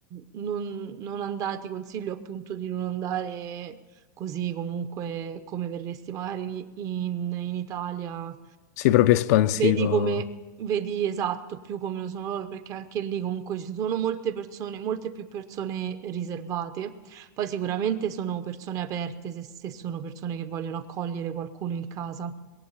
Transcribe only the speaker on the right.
non, non andare, ti consiglio appunto di non andare così comunque come verresti magari in, in- in Italia,
vedi come, vedi esatto più come lo sono loro, perché anche lì comunque ci sono molte persone, molte più persone riservate poi sicuramente sono persone aperte se, se sono persone che vogliono accogliere qualcuno in casa.